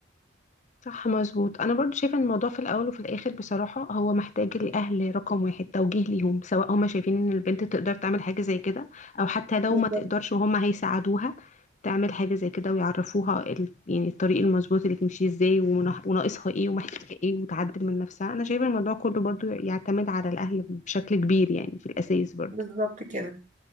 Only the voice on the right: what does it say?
ده
بالظبط كده